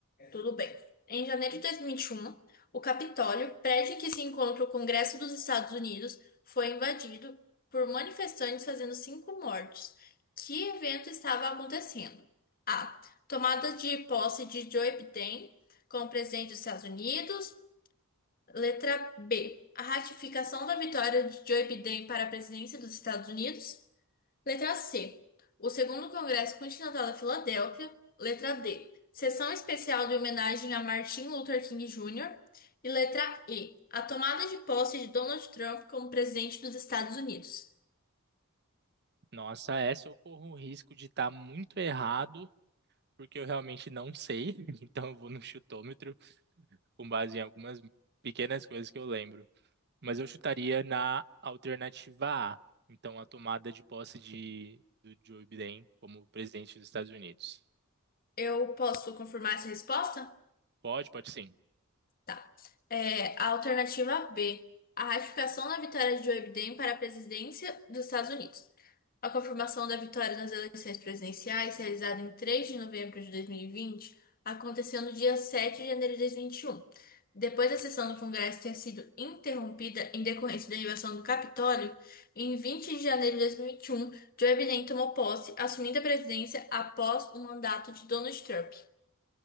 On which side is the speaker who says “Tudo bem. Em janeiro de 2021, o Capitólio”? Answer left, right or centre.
Left